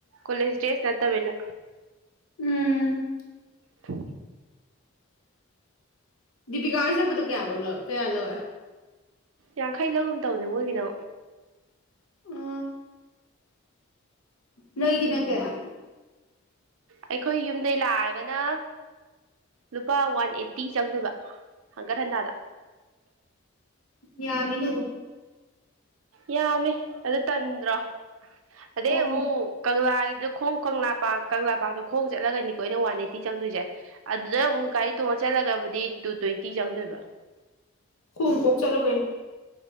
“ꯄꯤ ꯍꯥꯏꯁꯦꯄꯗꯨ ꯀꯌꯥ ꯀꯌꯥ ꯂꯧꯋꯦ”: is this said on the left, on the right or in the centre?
Left